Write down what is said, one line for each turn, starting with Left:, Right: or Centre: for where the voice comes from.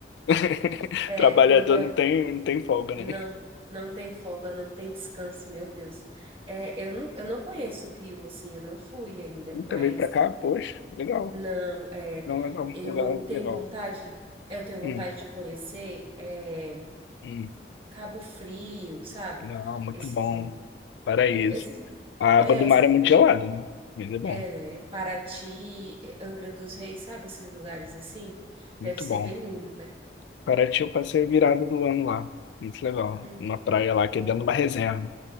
Left: <laughs>
Right: é,
Left: Trabalhador
Right: quando é,
Left: não tem, não tem folga,
Right: não,
Left: né?
Right: não tem folga, não tem descanso, meu Deus. É, eu não, eu não conheço o Rio, assim, eu não fui ainda,
Left: Nunca
Right: mas
Left: veio pra cá, poxa, legal.
Right: não, é,
Left: Não, legal,
Right: eu
Left: legal,
Right: tenho
Left: legal.
Right: vontade, eu tenho vontade
Left: Hum,
Right: de conhecer, é,
Left: hum.
Right: Cabo Frio, sabe?
Left: Não, muito
Right: Esses,
Left: bom.
Right: lu-
Left: Paraíso.
Right: o, esses,
Left: A
Right: é,
Left: água do mar
Right: esse-
Left: é muito gelada, né? Mas é bom,
Right: é, né? Paraty, é, Angra dos Reis, sabe? Esses lugares assim,
Left: muito
Right: deve ser
Left: bom.
Right: bem lindo, né?
Left: Paraty eu passei a virada do ano lá. Muito legal.
Right: Uhum.
Left: Uma praia lá que é dentro de uma reserva.